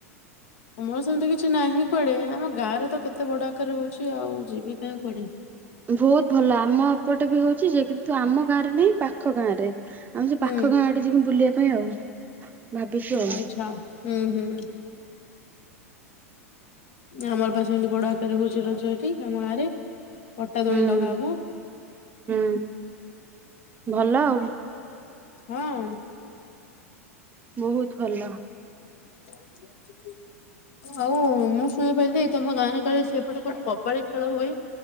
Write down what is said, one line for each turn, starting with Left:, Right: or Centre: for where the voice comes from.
Left: ଆମର ସେମିତି କିଛି ନାହିଁ କୁଆଡେ ଆମ ଗାଁ ରେ ତ କେତେ ବଢିଆ ଆକାରରେ ହୋଉଛି ଆଉ ଯିବି କାଇଁ କୁଆଡେ।
Right: ବହୁତ ଭଲ ହୋଉଛି ଯେ କିନ୍ତୁ ଆମ ଗାଁ ରେ ନାହିଁ ପାଖ ଗାଁ ରେ। ଆମେ ସେ
Left: ହୁଁ
Right: ପାଖ ଗାଁ ଆଡେ ଯିବୁ ବୁଲିବା ପାଇଁ ଆଉ। ଭାବିଛୁ ଆଉ
Left: ଆଚ୍ଛା ହୁଁ ହୁଁ। ଆମର ପା ଏମିତି ବଡ଼ ଆକାରରେ ହୋଉଛି ରଜ ଏଠି ଆମ ଗାଁରେ ପଟା
Right: ହୁଁ।
Left: ଦୋଳି ଲଗା ହବ।
Right: ହୁଁ ଭଲ ଆଉ।
Left: ହଁ।
Right: ବହୁତ ଭଲ।
Left: ହ ଆଉ ମୁଁ ଶୁଣିପାରିଲି ତମ ଗାଁରେ କାଳେ ସେପଟେ କୁଆଡେ କବାଡି ଖେଳ ହୁଏ?